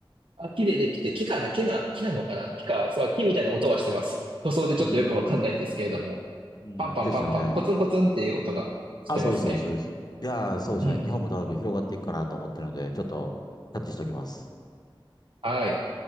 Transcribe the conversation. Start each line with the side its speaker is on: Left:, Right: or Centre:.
Right: あ、木でできて、木かな、木な、木なのかな木か、そう、木みたいな音はしてます。塗装でちょっとよくわかんないんですけれども、
Left: うん。うん。
Right: パンパンパンパン、
Left: ですよね。
Right: コツンコツンっていう音がしてますね。
Left: あ、そうです、そうです、そうです。いやー、そうですね。
Right: うん
Left: 日本も多分広がっていくかなと思ってるので、ちょっと、キャッチしておきます。
Right: はい。